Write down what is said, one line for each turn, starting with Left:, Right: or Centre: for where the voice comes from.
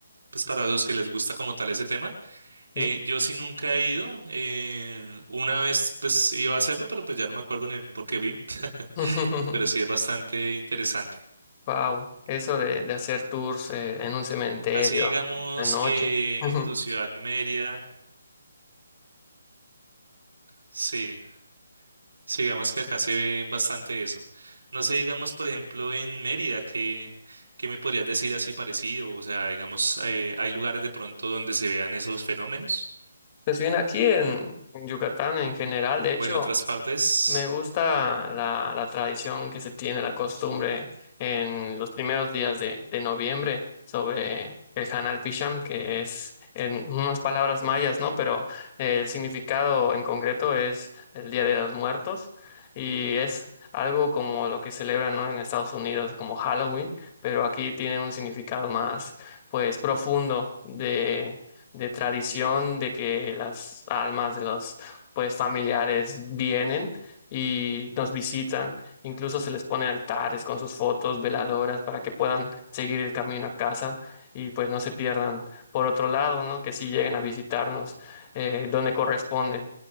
Right: Pues para los que les gusta como tal ese tema. Eh,
Left: Sí.
Right: yo sí nunca he ido. eh, una vez pues iba a hacerlo, pero pues ya no me acuerdo ni por qué vi. <laughs>
Left: <laughs>
Right: Pero sí es bastante interesante.
Left: Wow, eso
Right: Eh,
Left: de, de hacer tours eh, en un cementerio
Right: Así digamos,
Left: de noche.
Right: eh,
Left: <laughs>
Right: en tu ciudad Mérida, sí. Sí, digamos que acá se ve bastante eso. No sé, digamos, por ejemplo, en Mérida, ¿qué, qué me podrías decir así parecido? O sea, digamos, eh, ¿hay lugares de pronto donde se vean esos fenómenos?
Left: Pues bien, aquí en, en Yucatán en general, de hecho,
Right: O en otras partes.
Left: me gusta la, la tradición que se tiene, la costumbre en los primeros días de, de noviembre sobre el Hanal Pisham, que es en unas palabras mayas, ¿no? Pero eh, el significado en concreto es el Día de los Muertos y es algo como lo que celebran, ¿no? en Estados Unidos como Halloween, pero aquí tiene un significado más, pues, profundo de, de tradición, de que las almas de los pues familiares vienen y nos visitan. Incluso se les pone altares con sus fotos, veladoras, para que puedan seguir el camino a casa y pues no se pierdan. Por otro lado, ¿no? Que sí lleguen a visitarnos eh, donde corresponden